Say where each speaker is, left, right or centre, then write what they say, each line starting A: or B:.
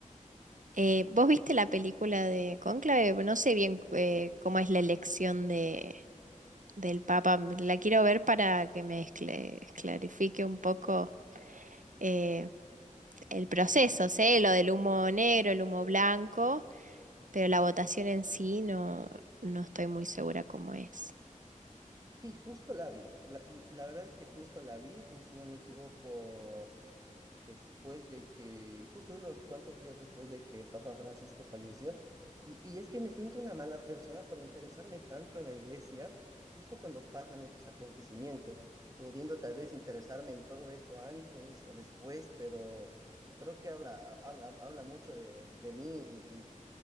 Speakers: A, on the right; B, on the right.
A: Eh, ¿vos viste la película de Cónclave? No sé bien eh, cómo es la elección de, del Papa. La quiero ver para que me escle- clarifique un poco eh, el proceso, sé lo del humo negro, el humo blanco, pero la votación en sí no, no estoy muy segura cómo es.
B: Sí, justo la vi. La, la verdad es que justo la vi, eh, si no me equivoco, después de que, justo unos cuantos días después de que el Papa Francisco falleció. Y, y es que me siento una mala persona por interesarme tanto en la iglesia, justo cuando pasan estos acontecimientos, pudiendo tal vez interesarme en todo esto antes o después, pero creo que habla, ha- habla, habla mucho de, de mí y, y